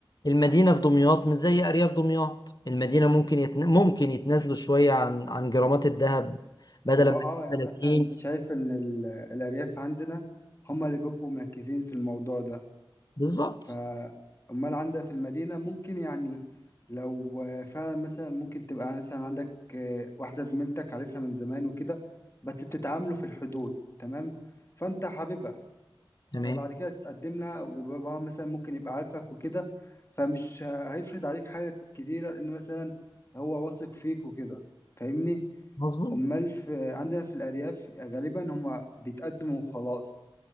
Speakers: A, on the left; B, on the left.
A: المدينة في دمياط مش زي ارياف دمياط المدينة ممكن يتن... ممكن يتنازلوا شوية عن عن جرامات الذهب بدل
B: هو
A: ما
B: اه يعني
A: 30
B: مثلا شايف ان ال- الارياف عندنا هم اللي بيبقوا مركزين في الموضوع ده
A: بالظبط
B: فامال عندك في المدينه ممكن يعني لو فعلا مثلا ممكن تبقى مثلا عندك آه، واحده زميلتك عارفها من زمان وكده بس بتتعاملوا في الحدود تمام فانت حاببها
A: تمام
B: فبعد كده تتقدم لها وباباها مثلا ممكن يبقى عارفك وكده فمش هيفرض عليك حاجه كتيره لان مثلا هو واثق فيك وكده فاهمني
A: مظبوط
B: امال في عندنا في الارياف غالبا هما بيتقدموا وخلاص